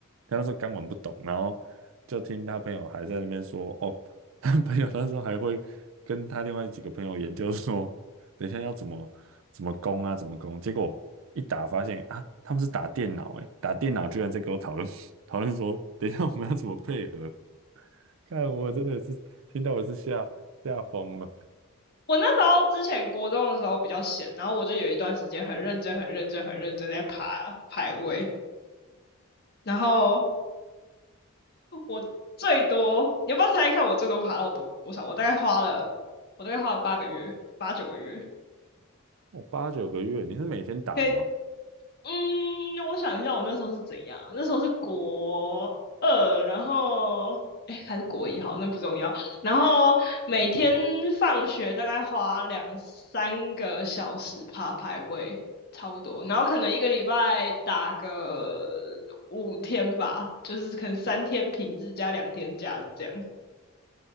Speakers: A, on the right; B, on the left.
A: 他那时候刚玩不懂，然后就听他朋友还在那边说，哦，<laughs> 他朋友那时候还会跟他另外几个朋友研究说，等一下要怎么怎么攻啊，怎么攻，结果一打发现啊，他们是打电脑，诶，打电脑居然在跟我讨论 <laughs> 讨论说，等一下我们要怎么配合，<laughs> 看我真的是听到我是吓吓疯了。
B: 我那时候之前国中的时候比较闲，然后我就有一段时间很认真、很认真、很认真在爬排位，然后我最多，你要不要猜一看我最多爬到多多少？我大概花了，我大概花了八个月、八九个月，
A: 哦，八九个月，你是每天打吗？
B: 可以嗯，我想一下，我那时候是怎样啊？那时候是国二，然后哎，诶还是国一，好，那不重要。然后每天放学大概花两三个小时爬排位，差不多。然后可能一个礼拜打个五天吧，就是可能三天平日加两天假日这样。